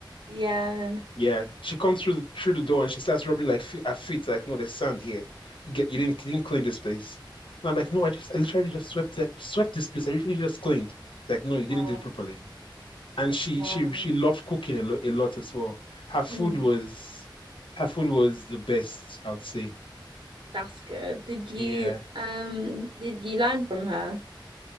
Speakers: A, on the right; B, on the left.
A: Yeah.
B: Yeah, she comes through the, through the door and she starts rubbing like fe her feet like, "No, there's sand here. You get you didn't you didn't clean this place." And I'm like, "No, I just I literally just swept that swept this place. I literally just cleaned." Like, "No, you didn't
A: Oh
B: do it properly." and she
A: wow.
B: she she loved cooking a lot a lot as well. Her food
A: Mm,
B: was her food was the best, I would say.
A: that's good. Did you
B: Yeah.
A: um? Did you learn from her?